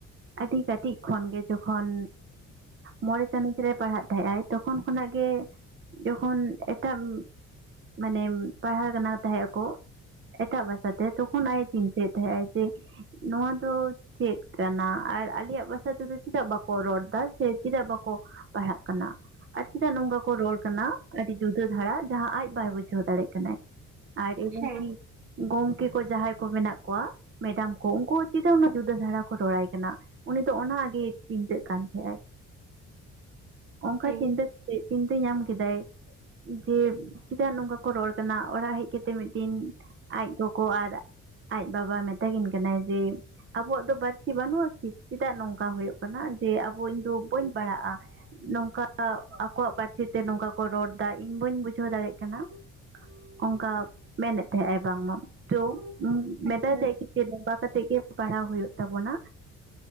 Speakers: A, on the right; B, on the right.
A: ᱟᱹᱰᱤ ᱠᱟᱴᱤᱡ ᱠᱷᱚᱱ ᱜᱮ ᱡᱚᱠᱷᱚᱱ ᱢᱚᱬᱮ ᱪᱟᱱᱟᱪ ᱨᱮ ᱯᱟᱲᱦᱟᱜ ᱛᱟᱦᱮᱸᱫ ᱟᱭ ᱛᱚᱠᱷᱚᱱ ᱠᱷᱚᱱᱟᱜ ᱜᱮ ᱡᱚᱠᱷᱚᱱ ᱮᱴᱟᱜ ᱢᱟᱱᱮᱢ ᱯᱟᱲᱦᱟᱣᱮ ᱠᱟᱱᱟ ᱛᱟᱦᱮᱸ ᱟᱠᱚ ᱮᱴᱟᱜ ᱵᱷᱟᱥᱟᱛᱮ ᱛᱚᱠᱷᱚᱱ ᱟᱡ ᱮ ᱪᱤᱱᱛᱟᱹᱭᱮᱫ ᱛᱟᱦᱮᱸᱜ ᱟᱭ ᱡᱮ ᱱᱚᱣᱟ ᱫᱚ ᱪᱮᱫ ᱠᱟᱱᱟ ᱟᱨ ᱟᱞᱮᱭᱟᱜ ᱵᱷᱟᱥᱟ ᱛᱮᱫᱚ ᱪᱮᱫᱟᱜ ᱵᱟᱠᱚ ᱨᱚᱲᱫᱟ ᱥᱮ ᱪᱮᱫᱟᱜ ᱵᱟᱠᱚ ᱯᱟᱲᱦᱟᱜ ᱠᱟᱱᱟ᱾ ᱟᱨ ᱪᱮᱫᱟᱜ ᱱᱚᱝᱠᱟ ᱠᱚ ᱨᱚᱲ ᱠᱟᱱᱟ ᱟᱹᱰᱤ ᱡᱩᱫᱟᱹ ᱫᱷᱟᱨᱟ ᱡᱟᱦᱟᱸ ᱟᱡ ᱵᱟᱭ ᱵᱩᱡᱷᱟᱹᱣ ᱫᱟᱲᱮᱜ ᱠᱟᱱᱟᱭ᱾ ᱟᱨ ᱮᱢᱚᱝ
B: ᱦᱮᱸ
A: ᱠᱤ ᱜᱚᱝᱠᱮ ᱠᱚ ᱡᱟᱦᱟᱸᱭ ᱠᱚ ᱢᱮᱱᱟᱜ ᱠᱚᱣᱟ ᱢᱮᱰᱟᱢ ᱠᱚ ᱩᱱᱠᱩ ᱦᱚ ᱪᱮᱫᱟᱜ ᱩᱱᱟᱹᱜ ᱡᱩᱫᱟᱹ ᱫᱷᱟᱨᱟ ᱠᱚ ᱨᱚᱲᱟᱭ ᱠᱟᱱᱟ ᱩᱱᱤ ᱫᱚ ᱟᱱᱟ ᱟᱹᱰᱤ ᱪᱤᱱᱛᱟᱹᱜ ᱠᱟᱱ ᱛᱟᱦᱮᱸ-ᱟᱭ ᱚᱝᱠᱟ
B: ᱦᱮᱸ
A: ᱪᱤᱱᱛᱟᱹ ᱠᱟᱛᱮ ᱪᱤᱱᱛᱟᱹ ᱠᱮᱫᱟᱭ ᱡᱮ ᱪᱮᱫᱟᱜ ᱱᱚᱝᱠᱟ ᱠᱚ ᱨᱚᱲ ᱠᱟᱱᱟ᱾ ᱚᱲᱟᱜ ᱦᱮᱡ ᱠᱟᱛᱮ ᱢᱤᱫ ᱫᱤᱱ ᱟᱡ ᱜᱚᱜᱚ ᱟᱨ ᱟᱡ ᱵᱟᱵᱟ ᱢᱮᱛᱟᱠᱤᱱ ᱠᱟᱱᱟᱭ ᱡᱮ ᱟᱵᱚᱣᱟᱜ ᱫᱚ ᱯᱟᱹᱨᱥᱤ ᱵᱟᱹᱱᱩᱜᱼᱟ ᱠᱤ ᱪᱮᱫᱟᱜ ᱱᱚᱝᱠᱟ ᱦᱩᱭᱩᱜ ᱠᱟᱱᱟ ᱟᱨ ᱡᱮ ᱟᱵᱚ ᱤᱧ ᱫᱚ ᱵᱟᱹᱧ ᱯᱟᱲᱦᱟᱜ-ᱟ᱾ ᱱᱚᱝᱠᱟ ᱟᱠᱚᱣᱟᱜ ᱯᱟᱹᱨᱥᱤ ᱛᱮ ᱱᱚᱝᱠᱟ ᱠᱚ ᱨᱚᱲᱫᱟ᱾ ᱤᱧ ᱵᱟᱹᱧ ᱵᱩᱡᱷᱟᱹᱣ ᱫᱟᱲᱮᱜ ᱠᱟᱱᱟ᱾ ᱚᱱᱠᱟ ᱢᱮᱱᱮᱫ ᱛᱟᱦᱮᱸᱜ-ᱟᱭ ᱵᱟᱝ ᱢᱟ᱾ ᱛᱚ ᱢᱮᱛᱟᱭ
B: ᱟᱪᱪᱷᱟ
A: ᱛᱟᱦᱮᱸᱫᱠᱤᱱ ᱡᱮ ᱱᱚᱝᱠᱟ ᱠᱟᱛᱮᱫ ᱜᱮ ᱯᱟᱲᱦᱟᱣ ᱦᱩᱭᱩᱜ ᱛᱟᱵᱚᱱᱟ᱾